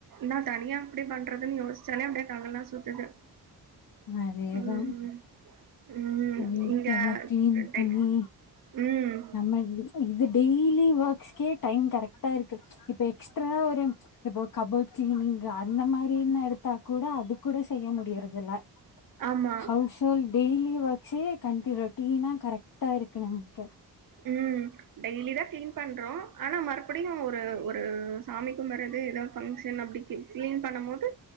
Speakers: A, on the right (about 50°); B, on the left (about 55°).
A: நா தனியா எப்டி பண்றதுன் யோசிச்சாலே அப்டியே தலலா சுத்துது
B: அதே
A: ம்
B: தா
A: ம்
B: வீட்டல்லா
A: இங்க
B: கிளீன்
A: டெக்
B: பண்ணி
A: ம்
B: நம்ம இது டெய்லி ஒர்க்ஸ்க்கே டைம் கரெக்ட்டா இருக்கு இப்ப எக்ஸ்ட்ரா ஒரு இப்போ கபோர்ட் கிளீனிங் அந்த மாரீன்னு எடுத்தா கூட அது கூட செய்ய முடியறதுல
A: ஆமா
B: ஹவுஸ் கேள் டெய்லி வச்சி <unintelligible> க்ளீன்னா கரெக்டா இருக்கு நம் கிட்ட
A: ஆ டெய்லி தா கிளீன் பண்றோ ஆனா மறுபடியு ஒரு ஒரு சாமி கும்பறது ஏதோ பங்க்ஷன் அப்டிக்கு க்ளீன் பண்ண மோது